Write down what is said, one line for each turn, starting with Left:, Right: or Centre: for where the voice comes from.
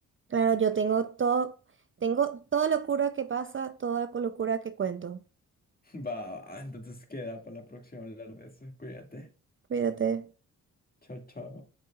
Right: Claro, yo tengo todo, tengo toda locura que pasa, toda locura que cuento.
Left: <laughs> Va, va, entonces queda para la próxima hablar de eso. Cuídate.
Right: Cuídate.
Left: Chao, chao.